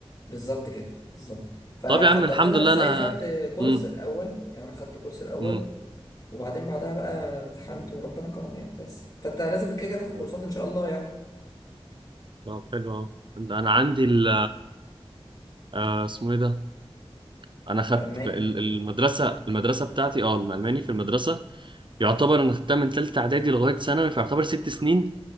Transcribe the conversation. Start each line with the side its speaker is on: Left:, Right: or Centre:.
Left: بالظبط كده بالظبط فحضرت
Right: طب يا عم الحمد
Left: لها
Right: لله
Left: ازاي
Right: انا
Left: خدت كورس
Right: امم
Left: الاول يعني انا خدت كورس الاول
Right: امم
Left: وبعدين بعدها بقى امتحنت وربنا كرم يعني بس فانت لازم كده كده تاخد
Right: يلا.
Left: كورسات ان شاء الله يعني
Right: طب حلو اهو انا عندي ال... آه اسمه ايه ده انا خدت
Left: الماني
Right: ب- ال- المدرسه المدرسه بتاعتي اه الالماني في المدرسه يعتبر انا خدتها من تالتة اعدادي لغاية ثانوي فيعتبر ست سنين